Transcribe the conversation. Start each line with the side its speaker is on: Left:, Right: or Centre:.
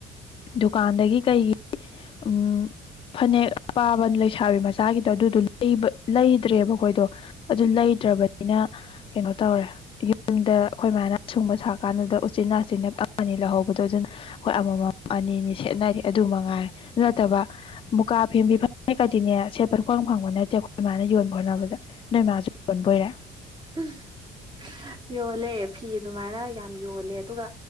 Left: ꯗꯨꯀꯥꯟꯗꯒꯤ ꯀꯩꯒꯤ ꯎꯝ ꯐꯅꯦꯛ ꯑꯄꯥꯕ ꯂꯩꯁꯥꯥꯕꯤ ꯃꯆꯥꯒꯤꯗꯣ ꯑꯗꯨꯗꯣ ꯂꯩꯕ ꯂꯩꯗ꯭ꯔꯦꯕ ꯑꯩꯈꯣꯏꯗꯣ ꯑꯗꯨ ꯂꯩꯇ꯭ꯔꯕꯅꯤꯅ ꯀꯩꯅꯣ ꯇꯧꯔꯦ ꯌꯨꯝꯗ ꯑꯩꯈꯣꯏ ꯃꯥꯏꯅ ꯑꯁꯨꯡꯕ ꯁꯥ ꯀꯥꯟꯗꯨꯗ ꯎꯆꯤꯟꯅꯥꯆꯤꯟꯅ ꯑꯃꯅꯤ ꯂꯧꯍꯧꯕꯗꯣ ꯑꯗꯨꯅ ꯑꯩꯈꯣꯏ ꯑꯃꯃꯝ ꯑꯅꯤꯅꯤ ꯁꯦꯠꯅꯔꯤ ꯑꯗꯨ ꯃꯉꯥꯏꯔꯦ ꯑꯗꯨ ꯅꯠꯇꯕ ꯃꯨꯀꯥ ꯐꯦꯟꯕꯤ ꯐꯥ ꯅꯦꯛꯀꯗꯤꯅꯦ ꯁꯦꯠꯄ ꯁꯨꯐꯪ ꯐꯪꯕ ꯅꯠꯇꯦ ꯑꯩꯈꯣꯏ ꯏꯃꯥꯅ ꯌꯣꯟꯕ ꯍꯣꯠꯅꯕꯗ ꯅꯣꯏꯃꯥꯁꯨ ꯌꯣꯟꯕꯣꯏꯔꯦ
Right: <inaudible> ꯌꯣꯜꯂꯦ ꯐꯤ ꯑꯗꯨꯃꯥꯏꯅ ꯌꯥꯝ ꯌꯣꯜꯂꯦ ꯑꯗꯨꯒ